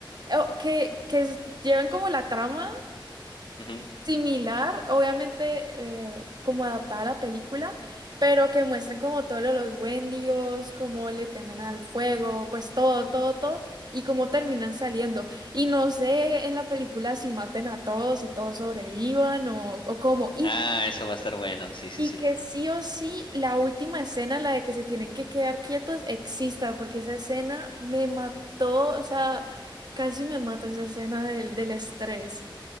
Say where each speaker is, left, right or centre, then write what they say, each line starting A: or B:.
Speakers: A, on the right (about 55°); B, on the left (about 75°).
A: o- que, que s- lleven como la trama
B: ujú.
A: similar, obviamente eh, como adaptada a la película, pero que muestren como todos lo- los Wendigos, cómo le temen al fuego, pues todo, todo, todo, y cómo terminan saliendo. Y no sé en la película si maten a todos y todos sobrevivan o, o cómo. Y
B: Ah, eso va a estar bueno. Sí, sí,
A: y
B: sí.
A: que sí o sí la última escena, la de que se tienen que quedar quietos, exista, porque esa escena me mató, o sea, casi me mató esa escena del, del estrés.